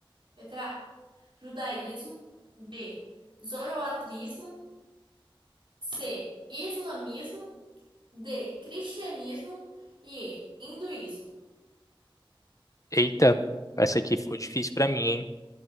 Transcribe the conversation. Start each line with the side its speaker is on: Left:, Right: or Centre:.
Right: Letra A, judaísmo. B, zoroatrismo. C, islamismo. D. Cristianismo. E. E, Hinduísmo.
Left: Eita, essa aqui ficou difícil pra mim, hein?